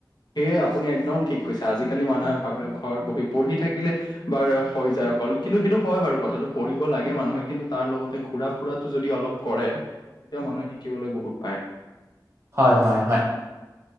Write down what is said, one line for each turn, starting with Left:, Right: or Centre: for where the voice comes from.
Left: সেয়ে আপুনি একদম ঠিক কৈছা, আজিকালি মানুহে ভাবে ঘৰত বহি পঢ়ি থাকিলে - বাৰ হৈ যায় অকল, কিন্তু সেইটো হয় বাৰু কথাটো পঢ়িব লাগে মানুহে কিন্তু তাৰ লগতে ঘুৰা-ফুৰাটো যদি অলপ - কৰে, তেতিয়াও মানুহে শিকিবলৈ বহুত পাৰে।
Right: হয়, হয়, হয়।